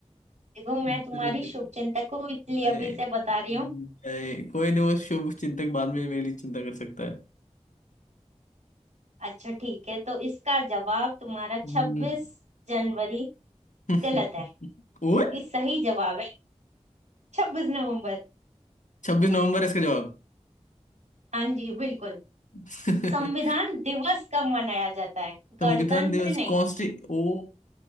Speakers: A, on the right (about 70°); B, on the left (about 85°).
A: देखो मैं
B: जरूरत
A: तुम्हारी शुभचिंतक
B: ही
A: हूँ इसलिए अभी
B: नहीं
A: से बता रही हूँ
B: नहीं, कोई नहीं वो शुभ चिंतक बाद में मेरी चिंता कर सकता है
A: अच्छा ठीक है तो इसका जवाब तुम्हारा
B: हम्म।
A: छब्बीस जनवरी
B: <laughs>
A: गलत है क्योंकि
B: ओए
A: सही जवाब है छब्बीस नवंबर
B: छब्बीस नवंबर इसका जवाब
A: हाँ जी बिल्कुल
B: <laughs>
A: संविधान दिवस कब मनाया जाता है गणतंत्र
B: संविधान दिवस
A: नहीं
B: कॉन्स्टि ओ